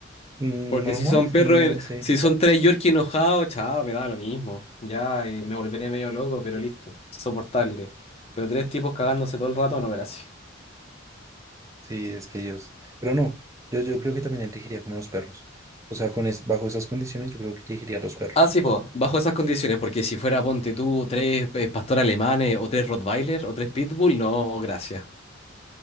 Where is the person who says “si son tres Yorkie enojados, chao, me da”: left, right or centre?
Left